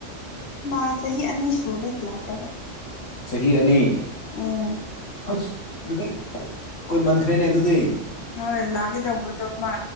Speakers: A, on the left (about 60°); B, on the left (about 80°).
A: ꯃꯥ ꯆꯍꯤ ꯑꯅꯤ ꯁꯨꯔꯦ ꯂꯥꯛꯇꯕ
B: ꯆꯍꯤ ꯑꯅꯤ
A: ꯑ
B: ꯍꯣꯏꯁ ꯑꯗꯨꯗꯤ ꯀꯣꯏ ꯃꯟꯈ꯭ꯔꯦꯅꯦ ꯑꯗꯨꯗꯤ
A: ꯍꯣꯏ ꯂꯒꯦꯗꯕꯨꯗꯃ